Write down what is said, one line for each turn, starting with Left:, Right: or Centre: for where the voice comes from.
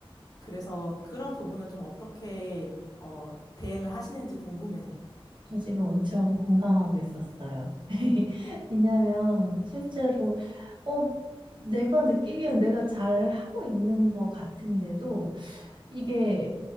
Left: 그래서 그런 부분은 좀 어떻게 어, 대응을 하시는지 궁금해요.
Right: 저 지금 엄청 공감하고 있었어요. <laughs> 왜냐하면 실제로 어, 내가 느끼기엔 내가 잘 하고 있는 것 같은데도 이게